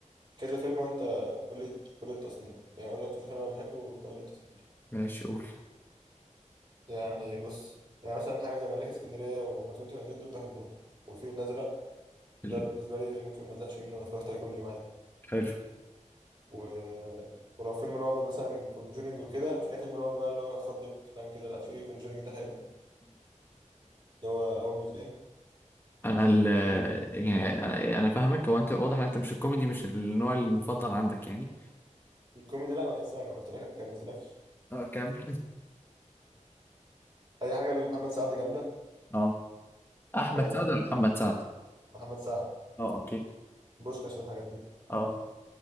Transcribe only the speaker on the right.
كذا فيلم وانت قول لي قول لي التصنيف يعني اقول لك كذا فيلم انا بحبه وانت قول لي التصنيف
يعني بص يعني مثلا حاجه زي ملاك اسكندريه وما كنت هنزل دول بحبهم والفيل الازرق
ده بالنسبه لي ممكن ما ازهقش منه أنا اتفرجت عليه كل يوم عادي
و... ولو فيلم رعب مثلا كونجورينج وكده مش اي فيلم رعب بقى اللي هو خض وكلام كده لا في كونجورينج ده حلو اللي هو اول جزئين
في
في الكوميدي لا ما لسه ما قلت لك ما كملتلكش
اي حاجه لمحمد سعد جامده
أه
محمد سعد
بوشكاش الحاجات دي